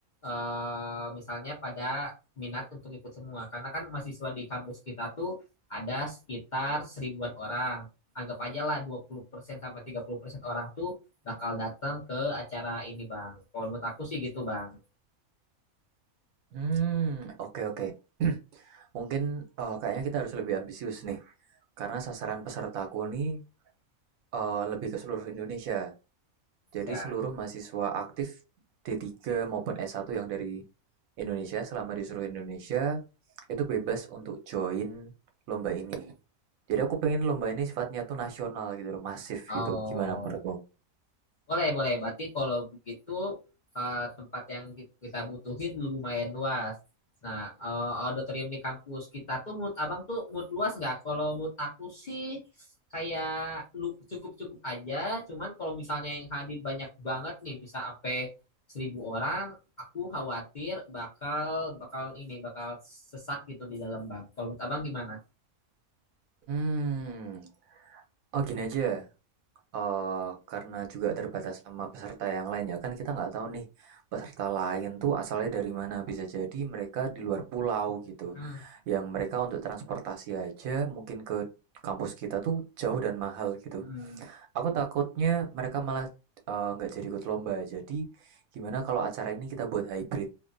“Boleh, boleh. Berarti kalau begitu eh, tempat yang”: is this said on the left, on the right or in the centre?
Left